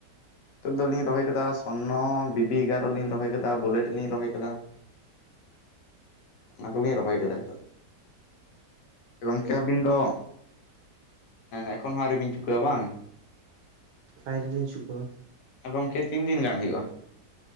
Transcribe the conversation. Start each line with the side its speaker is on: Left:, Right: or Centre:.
Left: ᱧᱤᱛᱚᱜ ᱫᱚᱞᱤᱧ ᱨᱚᱦᱚᱭ ᱟᱠᱟᱟ ᱥᱚᱨᱱᱚ, ᱵᱤ ᱵᱤ ᱮᱜᱟᱨᱚ ᱞᱤᱧ ᱨᱚᱦᱚᱭ ᱟᱠᱟᱫᱟ ᱵᱩᱞᱮᱴ ᱞᱤᱧ ᱨᱚᱦᱚᱭ ᱠᱟᱫᱟ, ᱚᱱᱟ ᱠᱚᱞᱤᱧ ᱨᱚᱦᱚᱭ
Right: ᱦᱮᱸ
Left: ᱠᱟᱟᱚ ᱜᱚᱝᱠᱮ ᱟᱹᱵᱤᱱ ᱫᱚ ᱮᱠᱷᱚᱱ ᱦᱚᱸ ᱟᱣᱨᱤᱵᱤᱱ ᱪᱩᱠᱟᱹᱣᱟ ᱵᱟᱝ
Right: ᱟᱣᱨᱤᱞᱤᱧ ᱪᱷᱩᱠᱟᱹᱣᱟ᱾
Left: ᱜᱚᱢᱠᱮ ᱛᱤᱱ ᱫᱤᱱ ᱜᱟᱱ ᱦᱩᱭᱩᱜᱼᱟ